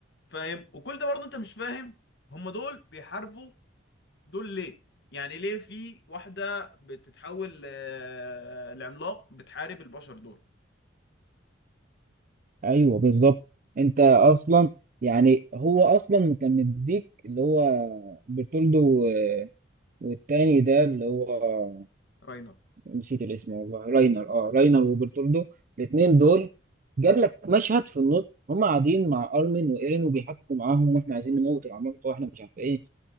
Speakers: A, on the left (about 60°); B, on the right (about 45°).
A: فاهم وكل ده برضه انت مش فاهم هم دول بيحاربوا دول ليه يعني ليه في واحدة بتتحول ل- لعملاق بتحارب البشر دول
B: ايوه بالظبط انت اصلا يعني هو اصلا كان مديك اللي هو برتولدو والتاني ده اللي هو
A: راينر
B: نسيت الاسم والله راينر اه راينر وبرتولدو الاثنين دول جاب لك مشهد في النص هم قاعدين مع ارمن وايرين وبيحكوا معاهم واحنا عايزين نموت العمالقه واحنا مش عارف ايه